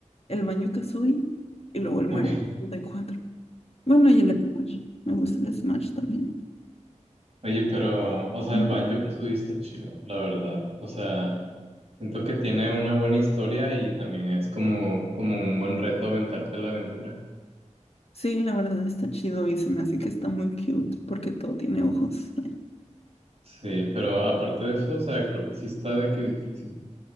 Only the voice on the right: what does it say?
Ok.
Oye, pero, o sea,
el banjo que subiste, chido, la verdad. O sea, siento que tiene una buena historia y también es como, como un buen reto aventarte la aventura.
Sí, pero aparte de eso, o sea, creo que sí está de que difícil.